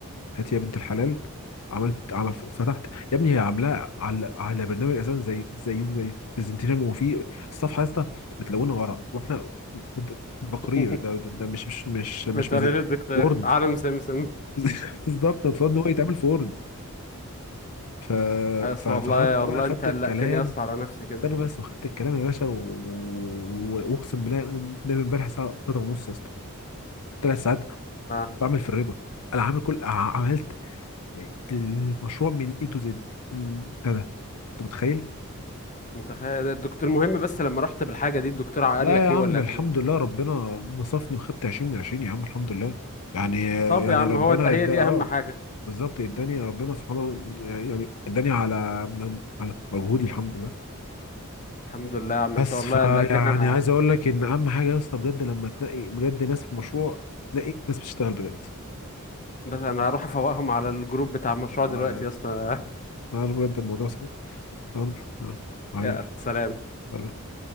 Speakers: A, on the left; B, on the left.
A: هات يا بنت الحلال عملت عمل فتحت يا ابني هي عاملاه على على برنامج اساسا زي زي زي برزنتيشن وفي الصفحه يا اسطى متلونه ورا واحنا بت- تقرير
B: <laughs>
A: ده, ده, ده مش مش مش مش
B: بتوري
A: برز-
B: للدكتور
A: وورد
B: عالم سمسم
A: <laughs> بالظبط المفروض ان هو يتعمل في وورد ف...
B: يا اسطى
A: ف... فخدت
B: والله والله
A: بقى خدت
B: انت قلقتني
A: الكلام
B: يا اسطى على نفسي كده
A: انا بس وخدت الكلام يا باشا و- و- واقسم بالله انا دايما امبارح الساعه 3 ونص يا اسطى ثلاث ساعات
B: اه
A: بعمل في الريبورت انا عامل كل ع- عملت المشروع من اي تو زد بتاع ده انت متخيل
B: متخيل الدكتور المهم بس لما رحت بالحاجة دي الدكتور قال
A: لا
B: لك
A: يا عم
B: ايه ولا
A: الحمد لله ربنا نصفني وخدت 20 من 20 يا عم الحمد لله يعني
B: طب
A: يعني
B: يا عم
A: ربنا
B: هو ده
A: ادى
B: هي دي
A: اه
B: اهم حاجه
A: بالظبط اداني ربنا سبحانه يعني اداني على على مجهودي الحمد لله
B: الحمد لله يا عم
A: بس
B: حسين والله
A: فيعني
B: قلقتني انا
A: عايز اقول لك ان اهم حاجه يا اسطى بجد لما تنقي بجد ناس في مشروع نقي ناس بتشتغل بجد
B: بس انا هروح افوقهم على الجروب بتاع المشروع
A: اه
B: دلوقتي
A: يعني
B: يا اسطى
A: اه بجد الموضوع سهل يلا اه
B: <laughs>
A: حبيبي
B: يا سلام
A: سلام.